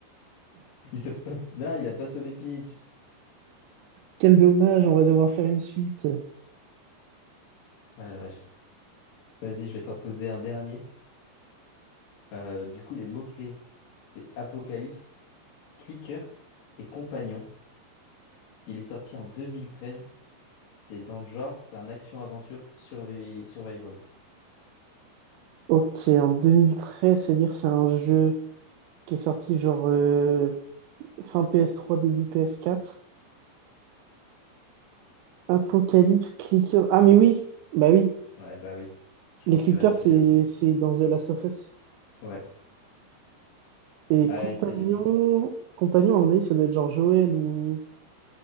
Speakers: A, on the left; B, on the right.
A: Il sauve pas. <laughs> Non, il a pas sauvé Peach.
B: Quel dommage, on va devoir faire une suite.
A: Ah la vache. Vas-y, je vais t'en poser un dernier. Euh, du coup, les mots-clés, c'est Apocalypse, Clicker et Compagnon. Il est sorti en 2013 et dans le genre, c'est un action-aventure survi- survival.
B: Ok, en 2013, c'est-à-dire c'est un jeu qui est sorti genre euh, fin PS3, début PS4. Apocalypse Clicker. Ah mais oui, bah oui,
A: Ouais, bah oui. Je pense
B: les clickers
A: que là, tu
B: c'est
A: viens de comprendre.
B: c'est dans The Last of Us.
A: Ouais.
B: Et
A: Ah,
B: compagnon,
A: et c'est bon.
B: compagnon à mon avis, ça doit être genre Joël ou